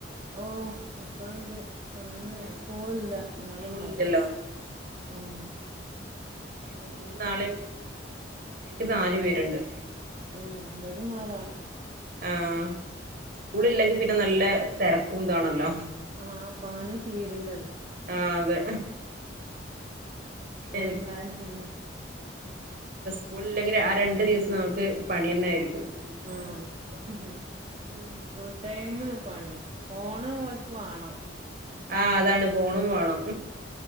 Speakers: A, on the right; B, on the right.
A: ഓഹ് മക്കള് ണ്ട്. ഓക്ക് ഇന്ന്
B: ആഹ്
A: സ്കൂൾ ഇല്ല
B: ഇന്ന്
A: ഇന്നലെ
B: സ്കൂളില്ലല്ലോ
A: ഇണ്ടായ്നി ഉം.
B: ഇഞ്പം ഇന്നും നാളിം. എനിക്ക് നാല് പേര്ണ്ട്.
A: ഉം ഇവടെം നാല് ആളാ.
B: ആഹ് സ്കൂൾ ഇല്ലെങ്കി പിന്നെ നല്ല തെര <unintelligible>
A: ആ പണി തീരുലല്ലോ
B: ആ അതെ
A: ഓര്
B: എനിക്ക്
A: ണ്ടായ്ന്നു പിന്നെ
B: സ്കൂളില്ലെങ്കില് ആ രണ്ട് ദിവസം നമുക്ക് പണിയെന്നെ ആയിരിക്കും എനിക്ക് അതന്നെ
A: ആഹ്
B: ഞാനിപ്പോ ഉം
A: ഫുൾ ടൈം പണിയാ ഫോണും ഓൽക്ക് വാണം
B: ആ അതാണ് ഫോണും വാണം